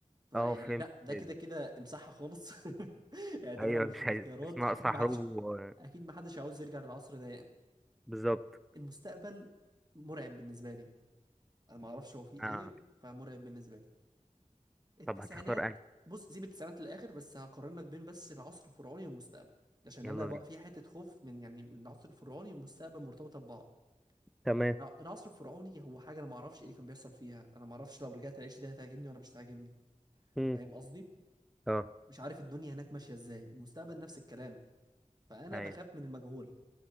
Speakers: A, on the right (about 30°); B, in the centre.
A: فيعني
B: اه فهمت
A: لا ده
B: ال-
A: كده كده امسحها خالص <laughs> اعتبرها
B: ايوه
A: مش
B: مش
A: في الاختيارات
B: عايز مش ناقصه
A: اكيد ما
B: حروب
A: حدش
B: و...
A: اكيد ما حدش عاوز يرجع للعصر ده يعني
B: بالظبط
A: المستقبل مرعب بالنسبة لي انا ما اعرفش هو فيه
B: اه
A: ايه فمرعب بالنسبة لي التسعينات
B: طب هتختار انهي
A: بص سيب التسعينات للاخر بس هقارن لك بين بس العصر الفرعوني والمستقبل عشان
B: يلا
A: انا بقى
B: بينا
A: في حته خوف من يعني من العصر الفرعوني والمستقبل مرتبطه ببعض
B: تمام
A: لا، العصر الفرعوني هو حاجه انا ما اعرفش ايه اللي كان بيحصل فيها انا ما اعرفش لو رجعت العيش دي هتعجبني ولا مش هتعجبني
B: مم.
A: فاهم قصدي
B: اه
A: مش عارف الدنيا هناك ماشيه ازاي المستقبل نفس الكلام فانا
B: ايوه
A: بخاف من المجهول